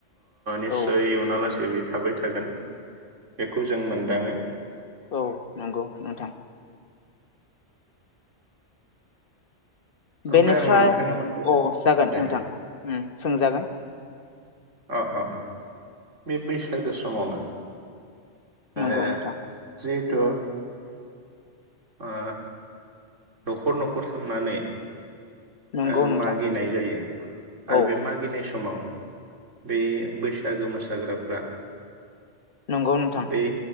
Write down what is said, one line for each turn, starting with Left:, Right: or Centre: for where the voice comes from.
Right: निस्सय
Left: औ
Right: इउनाव लासेै बे थाबाय थागोन बेखौ जों मोनदाङो
Left: औ नंगौ नोंथां
Right: ओमफ्राय
Left: बेनिफ्राय
Right: आं नोंथांनियाव मोनसे सों
Left: औ जागोन
Right: ओ दे
Left: नोंथां ओम सोंजागोन
Right: अ-अ बे बैसागो समावनो
Left: नंगौ
Right: ए
Left: नोंथां
Right: जि <inaudible> थ आ न'खर न'खर थांनानै
Left: नंगौ
Right: ओ
Left: नोंथां
Right: मागिनाय जायो आरो
Left: औ
Right: बे मागिनाय स समाव बे बैसागो मोसाग्राफ्रा
Left: नंगौ नोंथां
Right: बे